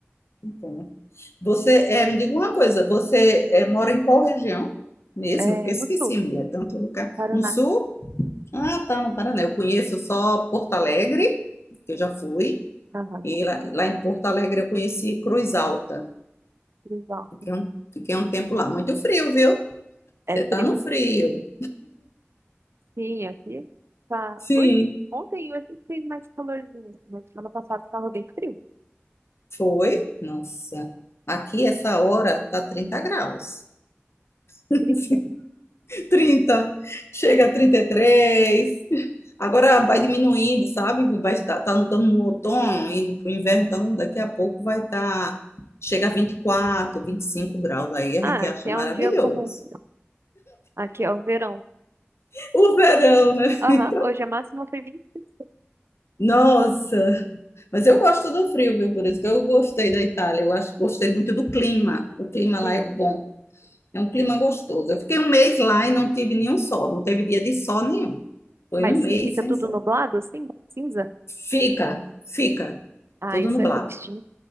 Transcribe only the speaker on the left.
então. Você, é, me diga uma coisa, você é, mora em qual região mesmo?
Porque esqueci,
mulher, tanto lugar.
No sul? Ah, tá, no Paraná. Eu conheço só Porto Alegre, que eu já fui.
E lá, lá em Porto Alegre eu conheci Cruz Alta.
Fiquei um, fiquei um tempo lá. Muito frio, viu? Você
tá
no frio.
Sim.
Foi? Nossa. Aqui, essa hora, tá 30 graus. <laughs>
trinta Chega a trinta e três Agora vai diminuindo, sabe? Vai estar, tá, estamos no outono, indo para o inverno, então daqui a pouco vai estar. chega a 24, 25 graus. Aí a
gente acha
maravilhoso.
<laughs> o verão, né?
Então,
Nossa, mas eu gosto do frio, viu? Por isso que eu gostei da Itália. Eu acho, gostei muito do clima. O clima
lá é bom. É um clima gostoso. Eu fiquei um mês lá e não tive nenhum sol. Não teve dia de sol nenhum. Foi
um mês
sem
sol.
Fica, fica.
Tudo
nublado.